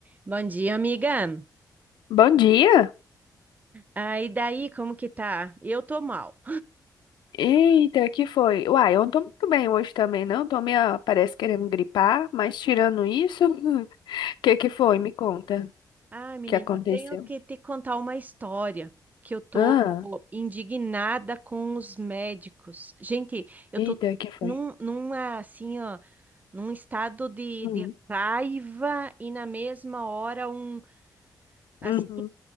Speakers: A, on the right; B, on the left.
A: Bom dia, amiga.
B: Bom dia!
A: Ah, e daí, como que tá? Eu tô mal.
B: Eita, que foi? Uai, eu não tô muito bem hoje também, não. Tô meio, parece, querendo gripar, mas tirando isso, <laughs> que que foi? Me conta
A: Ah, menina,
B: o que aconteceu.
A: eu tenho que te contar uma história que eu tô
B: Ah,
A: indignada com os médicos. Gente, eu
B: eita,
A: tô
B: que foi?
A: num, numa, assim, ó, num estado de,
B: Hum,
A: de raiva e na mesma hora um, assim,
B: uhum,